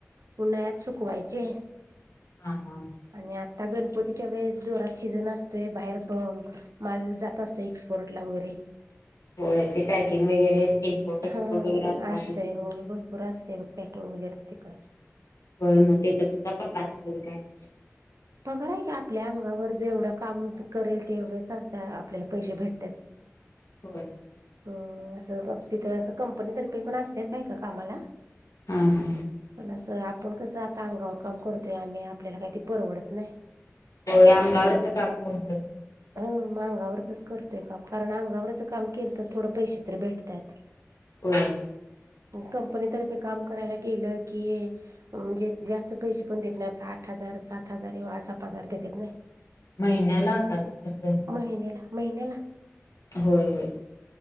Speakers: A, on the right; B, on the left.
A: उन्हाळ्यात सुकवाय चे
B: हा हा
A: आणि आता गणपतीत, च्या वेळेस जोरात सीझन असतोय बाहेर माल जात असतो एक्सपोर्टला वगैरे,
B: होय ते पॅकिंग वगैरे, इम्पोर्ट एक्सपोर्ट
A: हा
B: वगैरे आता
A: असतय.
B: असं तस
A: हो भरपूर असतय बघ पॅकिंग वगैरे तिकडं
B: होय. मग ते तिथं कसा पगार तेन काय?
A: पगार आहे की आपल्या अंगावर जेवढं काम करेल तेवढेच असत आपल्याला पैसे भेटतात.
B: होय.
A: हम् असं तिथं असं कंपनीतर्फे पण असत्यात बाईका कामाला
B: हा हा,
A: पण असं आपण कसं आता अंगावर काम करतोय आम्ही आपल्याला काय ते परवडत नाही.
B: होय अंगावरच काम कोणतच
A: हम मग अंगावरचच करतोय काम. कारण अंगावरच काम केल तर थोडं पैसे तर भेटतात.
B: हो
A: कंपनीतर्फे काम करायला गेलं. की म्हणजे जास्त पैसे पण देत नाहीत आता आ ठ हजार सात हजार एव्ह असा पगार देतेत की नाही.
B: महिन्याला काय, कस?
A: महिन्याला महिन्याला
B: होय होय.